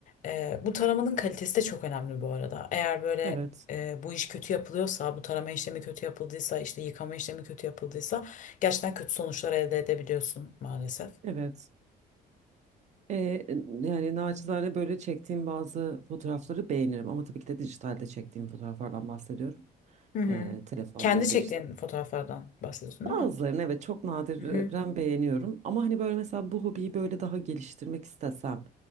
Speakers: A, on the left; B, on the right.
A: Ee, bu taramanın kalitesi de çok önemli bu arada. Eğer böyle
B: Evet.
A: e, bu iş kötü yapılıyorsa, bu tarama işlemi kötü yapıldıysa, işte yıkama işlemi kötü yapıldıysa gerçekten kötü sonuçlar elde edebiliyorsun maalesef.
B: Evet. E, yani naçizane böyle çektiğim bazı fotoğrafları beğenirim ama tabii ki de dijitalde çektiğim fotoğraflardan bahsediyorum.
A: Hı hı.
B: E, telefonla
A: Kendi
B: ya
A: çektiğin
B: da işte.
A: fotoğraflardan bahsediyorsun değil
B: Bazılarını
A: mi?
B: evet çok nadiren
A: Hı hı.
B: beğeniyorum ama hani böyle mesela bu hobiyi böyle daha geliştirmek istesem